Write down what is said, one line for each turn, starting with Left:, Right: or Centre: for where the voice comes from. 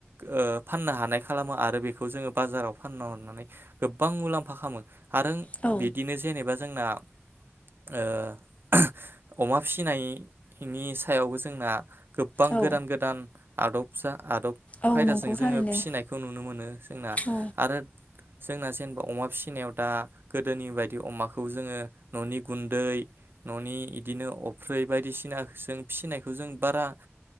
Right: ओ फाननो हानाय खालामो आरो बेखौ जोङो बाजाराव फाननो होननानै गोबां मुलाम्फा खालामो आरो
Left: औ
Right: बिदिनो जेनेबा जोंना ओ अमा फिसिनायनि सायावबो जोंना गोबबां
Left: औ
Right: गोदान गोदान आदब फिसा आदब
Left: औ
Right: खायदाजों
Left: नंगौ
Right: जोङो
Left: थारैनो
Right: फिसिनायखौ नुनो मोनो जोंना
Left: औ
Right: आरो जोंना जेनेबा अमा फिसिनायाव दा गोदोनि बायदि अमाखौ जोङो न'नि गुन्दै न'नि इदिनो अफ्रि बायदिसिना जों फिसिनायखौ जों बारा